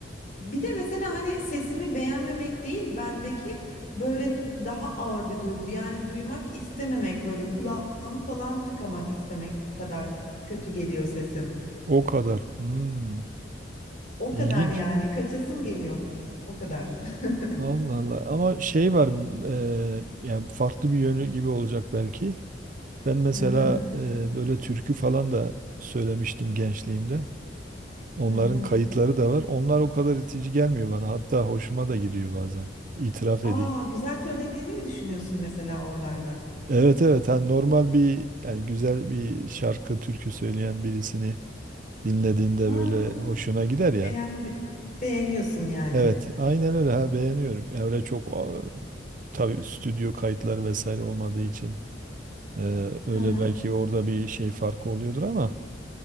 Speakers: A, on the left; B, on the right.
A: Bir de mesela hani sesimi beğenmemek değil bendeki böyle daha ağır bir duygu. Yani duymak istememek böyle kulağımı falan tıkamak istemek kadar kötü geliyor sesim.
B: O kadar. Hmm,
A: O
B: ilginç.
A: kadar yani kaçasım geliyor. O kadar. <laughs>
B: Allah Allah. Ama şey var e, yani farklı bir yönü gibi olacak belki. Ben mesela
A: Hı hı,
B: e, böyle türkü falan da söylemiştim gençliğimde. Onların
A: hı hı.
B: kayıtları da var. Onlar o kadar itici gelmiyor bana. Hatta hoşuma da gidiyor bazen. İtiraf
A: Aa
B: edeyim.
A: güzel söylediğini mi düşünüyorsun mesela oralarda?
B: Evet evet hani normal bir yani güzel bir şarkı türkü söyleyen birisini dinlediğinde
A: Ha
B: böyle hoşuna gider ya.
A: beğendi. Beğeniyorsun yani.
B: Evet aynen öyle ha beğeniyorum. Yani öyle çok a, tabii stüdyo kayıtları vesaire olmadığı için e, öyle
A: Hı hı.
B: belki orada bir şey farkı oluyordur ama